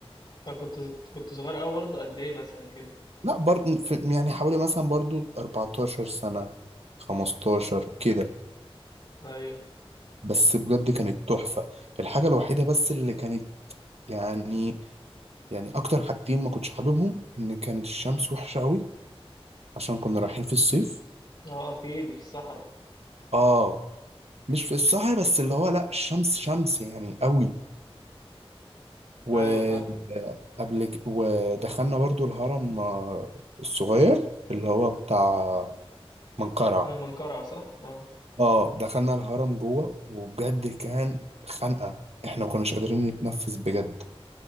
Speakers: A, on the left; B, on the right.
A: أنا كنت كنت صغير قوي برضه قد ايه مثلا كده
B: لا برضه يعني حوالي مثلا برضو 14 سنة 15 كده
A: ايوه
B: بس بجد كانت تحفة الحاجة الوحيدة بس اللي كانت يعني يعني أكتر حاجتين ما كنتش حاببهم إن كانت الشمس وحشة قوي عشان كنا رايحين في الصيف
A: اه اكيد في الصحراء
B: آه مش في السهر بس اللي هو لا الشمس شمس يعني قوي وقبل
A: ايوه فاهم
B: ك- ودخلنا برضو الهرم آه، الصغير اللي هو بتاع منقرع
A: آه، منقرع صح اه
B: اه دخلنا الهرم جوه وبجد كان خنقة احنا ما كناش قادرين نتنفس بجد